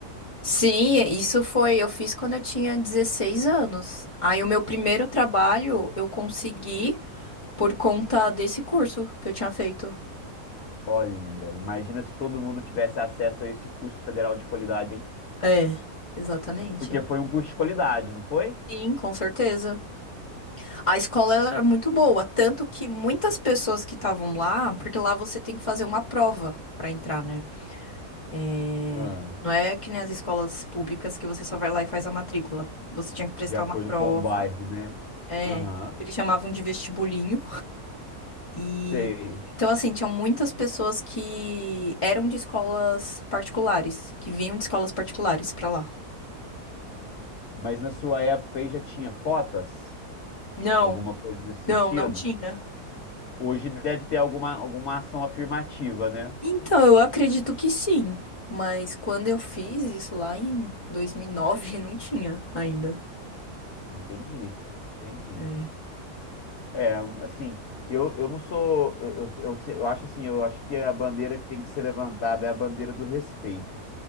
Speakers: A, on the left; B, on the left.
A: Sim, isso foi, eu fiz quando eu tinha 16 anos. Aí o meu primeiro trabalho eu consegui por conta desse curso que eu tinha feito.
B: Olha, imagina se todo mundo tivesse acesso a esse curso federal de qualidade, hein?
A: É, exatamente.
B: Porque foi um curso de qualidade, não foi?
A: Sim, com certeza. A escola ela era muito boa, tanto que muitas pessoas que estavam lá, porque lá você tem que fazer uma prova pra entrar, né? É,
B: Ah,
A: não é que nem as escolas públicas que você só vai lá e faz a matrícula. Você tinha que prestar
B: de acordo
A: uma prova.
B: com o bairro, né?
A: É,
B: Aham,
A: eles chamavam de vestibulinho. E
B: sei.
A: então, assim, tinham muitas pessoas que eram de escolas particulares, que vinham de escolas particulares pra lá.
B: Mas na sua época aí já tinha cotas?
A: Não,
B: Alguma coisa nesse sentido?
A: não, não tinha.
B: Hoje deve ter alguma, alguma ação afirmativa, né?
A: Então, eu acredito que sim, mas quando eu fiz isso lá em dois mil e nove <laughs> não tinha ainda.
B: Entendi, entendi.
A: É.
B: É, assim, eu, eu não sou. Eu, eu, eu, se- eu acho assim, eu acho que a bandeira que tem que ser levantada é a bandeira do respeito.